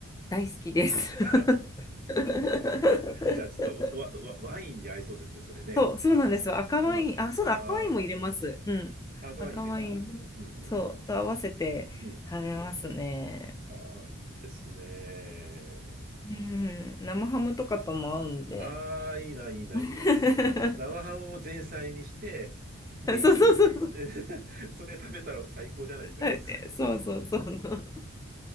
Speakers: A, on the left; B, on the right.
A: 大好きです。<laughs>
B: <laughs> じゃあ、ちょっとワ、ワ、ワインに合いそうですね、それね。
A: そう、そうなんですよ。赤ワイン、
B: あ、
A: あ、そうだ、
B: あ
A: 赤ワインも入れます。うん。
B: ー、赤ワイン入れるんだ。
A: 赤ワイン、
B: うん、
A: そう、
B: うん、う
A: と合わせて食べますね。
B: ん、うん。ああ、いいですね。
A: うん、生ハムとかとも合うんで。
B: ああ、いいな、いいな、
A: <laughs>
B: いいな。す生ハムを前菜にして、メインに、
A: そうそうそうそう。
B: <laughs> それ食べたら最高じゃないですか、
A: はいそうそうそうそう。
B: まず。